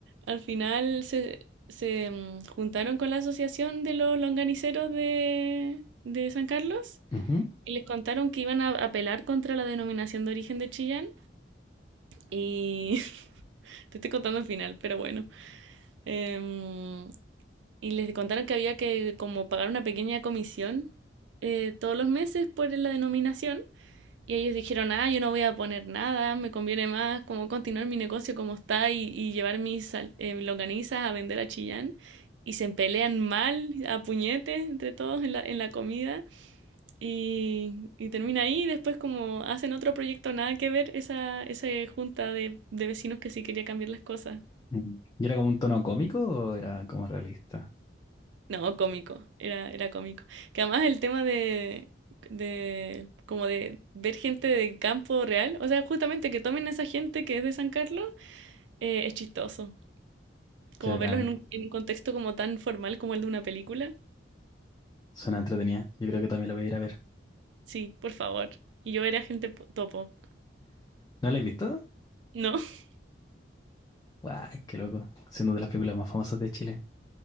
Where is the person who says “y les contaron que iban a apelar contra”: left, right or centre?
Right